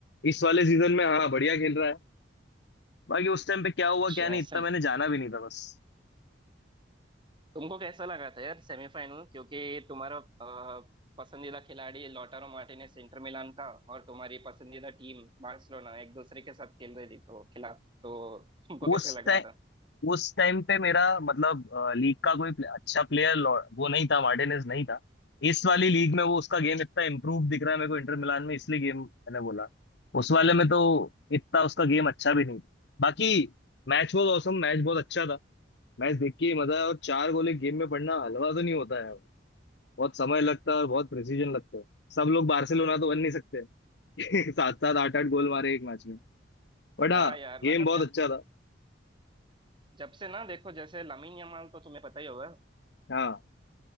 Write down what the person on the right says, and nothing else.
अच्छा
ऐसा
है
तुमको कैसा लगा था यार सेमीफाइनल क्योंकि तुम्हारा अ, पसंदीदा खिलाड़ी लॉटारो मार्टिनेज इंटर मिलान का और तुम्हारी पसंदीदा टीम बार्सिलोना एक दूसरे के साथ खेल रही थी तो खिलाफ तो तुमको कैसे
लग
रहा था
हाँ
यार
मतलब
जब
जब से ना देखो जैसे लामिन यमाल तो तुम्हें पता ही होगा